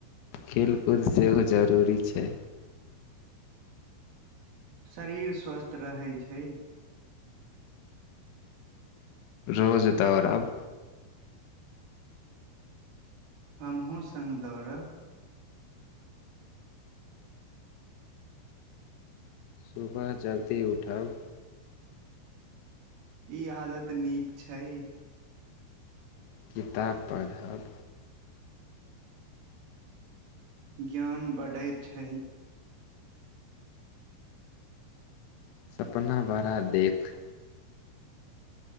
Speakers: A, on the left; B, on the right.
A: खेलकूद सेहो जरूरी छै।
B: शरीर स्वस्थ रहै छै।
A: रोज दौड़ब
B: हमहुं संग दौड़ब।
A: सुबह जल्दी उठब।
B: ई आदत नीक छै।
A: किताब पढ़ब।
B: ज्ञान बढ़ैत छै।
A: सपना बड़ा देख।